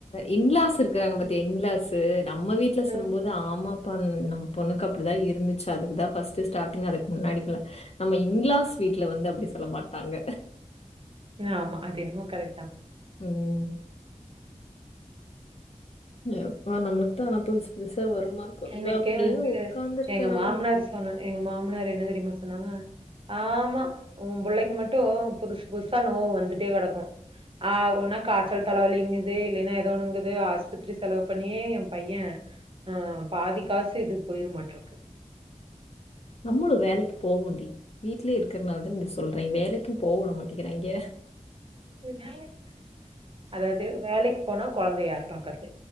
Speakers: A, on the left (about 50°); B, on the right (about 45°).
A: இன்லாஸ் இருக்றாங்க பாத்தியா இன்லாஸ்ஸூ நம்ம வீட்ல
B: ம்.
A: சொல்லு போது அ ஆமா அப்பா நம் பொண்ணுக்கு அப்டிதா இருந்துச்சு அதுக்குதா ஃபஸ்ட் ஸ்டார்டிங் அதுக்கு முன்னாடிக்ல நம்ம இன்லாஸ் வீட்ல வந்து அப்டி சொல்ல மாட்டாங்க
B: அ ஆமா அதுஎனமோ கரெக்ட்தா
A: ம் அப்ப நம்ளுக்குதா ஆனா புதுசு புதுசா வருமா
B: எனக்கே
A: அப்டியே
B: வந்து
A: உக்காந்ருக்கே
B: எங்க
A: நானு
B: மாமனார் சொன்ன எங்க மாமனாரு என்ன தெரியுமா சொன்னாங்க ஆமா உ பிள்ளைக்கு மட்டு புதுசு புதுசா நோவு வந்துட்டே கெடக்கு ஆவுனா காச்சல் தலைவலிங்குது இல்லின்னா ஏதோ ஒண்ணுங்குது ஆஸ்பத்ரி செலவு பண்ணியே எ பைய ஆ பாதிக்காசு இதுக் போய்ரு மாட்டுக்கு
A: நம்ளு வேலைக்கு போவோண்டி வீட்லியே இருக்றனாலதான இத சொல்றே வேலைக்கு போவுடமாட்டேங்றாங்க
B: வேலைக்கு அதாவ்து வேலைக்கு போனா கொழந்தைய யார் பாக்றது